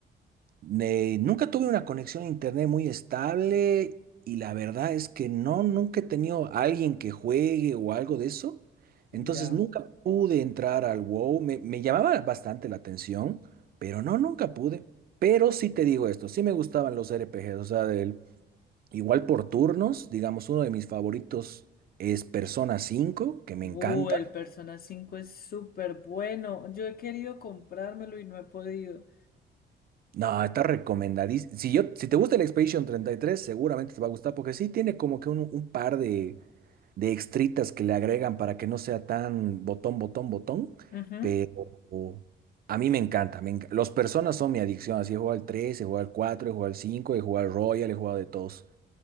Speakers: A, on the right; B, on the left.
A: Ne- nunca tuve una conexión a internet muy estable y la verdad es que no, nunca he tenido a alguien que juegue o algo de eso. Entonces
B: Ya.
A: nunca pude entrar al WoW. Me, me llamaba bastante la atención, pero no, nunca pude. Pero sí te digo esto, sí me gustaban los RPGs, o sea, del- igual por turnos, digamos, uno de mis favoritos es Persona cinco, que me
B: Uh,
A: encanta.
B: el Persona cinco es súper bueno. Yo he querido comprármelo y no he podido.
A: No, está recomendadísimo. Si yo, si te gusta el Expedition treinta y tres, seguramente te va a gustar porque sí tiene como que un, un par de, de extritas que le agregan para que no sea tan botón, botón, botón.
B: Ujú.
A: Pero a mí me encanta. Me enc- Los personas son mi adicción. Así he jugado al 3, he jugado al 4, he jugado al 5, he jugado al Royal, he jugado de todos.